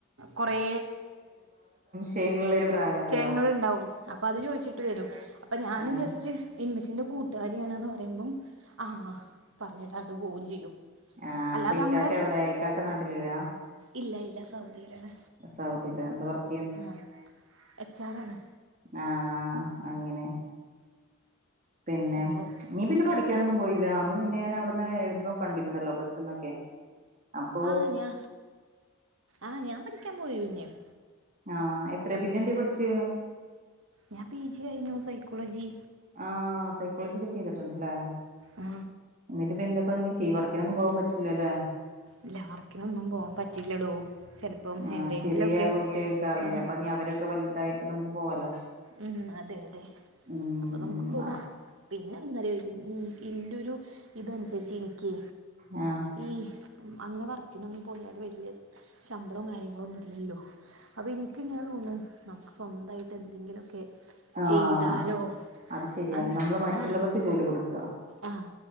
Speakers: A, on the right; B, on the right.
A: കൊറേ
B: ചുള്ള ഒരു പ്രായമാണല്ലോ
A: ങ്ങള് ണ്ടാവും അപ്പൊ അത് ചോദിച്ചിട്ട് വരും അപ്പൊ ഞൻ
B: ആഹ്
A: ജസ്റ്റ് എമ്മച്ചിന്റെ കൂട്ടുകാരിയാണെന്ന് പറയുമ്പം ആഹ് പറഞ്ഞിട്ടങ്ങട്ട് പോവയും ചെയ്യും
B: ആഹ്
A: അല്ലാതെ
B: അപ്പൊ ഈക്കാക്കെ
A: നമ്മളെ
B: എവിടെയാ ഇക്കാക്കെ നാട്ടിലില്ല
A: ഇല്ല ഇല്ല സൗദിയിലാണ്
B: സൗദിലാ എന്തവർക്ക്
A: ആ എച്ച് ആറാണ്.
B: ആഹ അങ്ങനെ പിന്നെ
A: അപ്പോൾ
B: നീ പിന്നെ പഠിക്കാനൊന്നും പോയില്ല അന്ന് നിന്നെ ഞാൻ അവിടന്ന് എവിടുന്നോ കണ്ടിരുന്നല്ലോ ബസ്ന്നൊക്കെ അപ്പൊ
A: ആഹ ഞാ ആഹ് ഞാൻ പഠിക്കാൻ പോയി പിന്നെയും
B: ആഹ എത്ര പിന്നെ എന്ത് പഠിച്ചയ്.
A: ഞാൻ പി ജി കഴിഞ്ഞു സൈക്കോളജി
B: ആ സൈക്കോളജി ഒക്കെ ചെയ്തിട്ടുണ്ടല്ലേ
A: ആ
B: എന്നിട്ട്പ്പ എന്തപ്പോ ചെയ് വർ വർക്കിനൊന്നും പോകൻ പറ്റില്ലല്ലേ.
A: ഇല്ല വർക്കിനിന്നും പോകാൻ പറ്റില്ലടോ. ചിലപ്പം
B: ആ
A: എവിടെയെങ്കിലുമൊക്കെ
B: ചെറിയ കുട്ടികൊക്ക ആവില്ലേ
A: ആ
B: അപ്പൊ ന അവരൊക്കെ വലുതായിട്ട് നമുക്ക് പോവാലോ!
A: ഉം അതെ അതെ
B: ഉം
A: അപ്പൊ നമുക്ക് പോവാം. പിന്നെ എന്താനാടി എന്റെ ഒരു ഇതനുസരിച്ച് എനിക്ക്
B: ആഹ്
A: ഈ അങ്ങനെ വർക്കിനൊന്നന്ന് പോയാൽ വലിയ ശമ്പളം കാര്യങ്ങളോ ഒന്നും ഇല്ലല്ലോ അപ്പൊ എനിക്ക് ഇങ്ങനെ തോന്ന നമുക്ക് സ്വന്തമായിട്ട് എന്തെങ്കിലും ഓക്കെ
B: ആഹ്
A: ചെയ്താലോ
B: അത് ശരിയാണ്
A: ആ
B: നമ്മള് മറ്റുള്ളവർക്ക്
A: ആഹ
B: ജോലി കൊടുക്കുക
A: ആഹ്